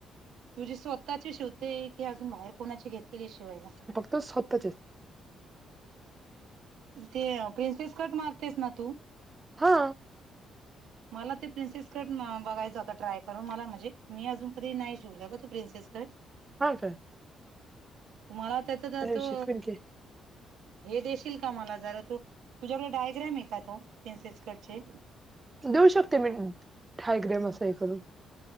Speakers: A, on the right; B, on the right.
A: तुझी स्वतःची शिवते, की अजून बाहेर कोणाची घेतलेली शिवायला?
B: तर स्वतःचेच
A: ते प्रिनसेस कट मारतेस ना तू?
B: हा
A: मला ते प्रिन्सेस कट बघायचं होता ट्राय करून, मला म्हणजे मी अजून कधी नाही शिवले ग तो प्रिन्सेस काय?
B: हा का
A: तुम्हाला त्याच जातो
B: शिकवेन की
A: हे देशील का मला जरा तू, तुझ्याकडे डायग्रॅम आहे का तो? प्रिन्सेस कटचे
B: देऊ शकते मी, ढायग्राम अस हे करून